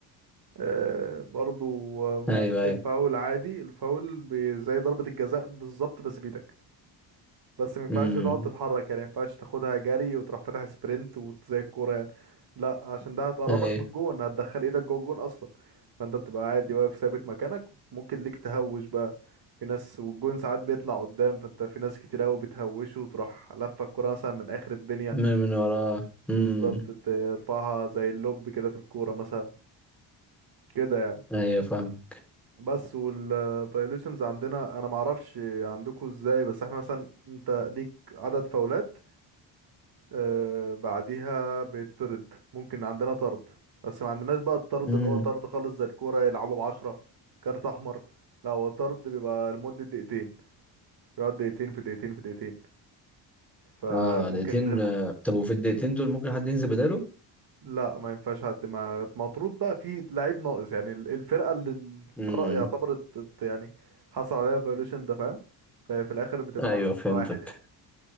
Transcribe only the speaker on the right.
آه برضو آه، ما
الفاول عادي الفاول بي- زي ضربة الجزاء بالظبط بس بإيدك بس ما ينفعش
تقعد تتحرك يعني ما ينفعش تاخدها جري وتروح فاتح سبرنت وزي الكوره يعني لا عشان ده هتقربك
من الجون هتدخل ايدك جوه الجون اصلا فانت بتبقى عادي واقف ثابت مكانك ممكن ليك تهوش بقى في ناس والجون ساعات بيطلع قدام فانت في ناس كتير قوي بتهوشه وتروح لفه الكوره مثلا من اخر الدنيا
بالظبط ترفعها زي اللوب كده في الكوره مثلا كده يعني
بس والفايوليشنز عندنا انا معرفش عندكم ازاي بس احنا مثلا انت ليك عدد فاولات آه بعديها بيطرد ممكن عندنا طرد بس ما عندناش بقى الطرد
اللي هو طرد خالص زي الكورة يلعبوا بعشرة كارت أحمر لا هو طرد بيبقى لمدة دقيقتين بيقعد دقيقتين في دقيقتين في دقيقتين فممكن
نلعب
لا ما ينفعش حد ما مطرود بقى في لعيب ناقص يعني ال- الفرقة اللي الطر-
يعتبرت ت- يعني حصل عليها فايوليشن ده فاهم ففي الآخر بتبقى
نقطة
واحد يعني